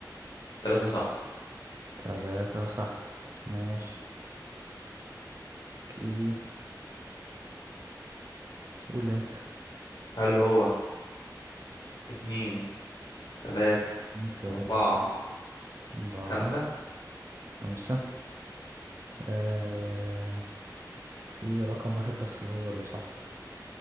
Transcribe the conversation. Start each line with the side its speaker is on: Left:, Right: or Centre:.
Left: تلاتة صح
Right: تلاتة صح ماشي كي قول أنت
Left: هل هو اتنين تلاتة
Right: تلاتة
Left: أربعة
Right: أربعة
Left: خمسة
Right: خمسة آه في رقم واحد بس اللي هو اللي صح